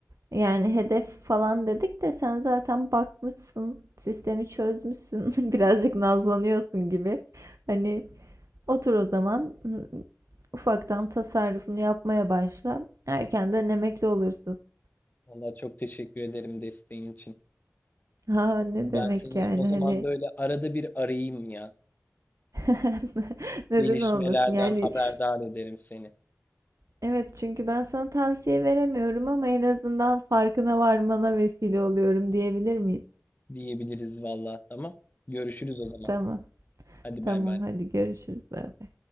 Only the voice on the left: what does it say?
Valla çok teşekkür ederim desteğin için.
Ben
seni
o zaman
böyle arada bir arayayım ya.
Gelişmelerden
haberdar ederim seni
diyebiliriz valla. Tamam. Görüşürüz o zaman.
Hadi
bay bay.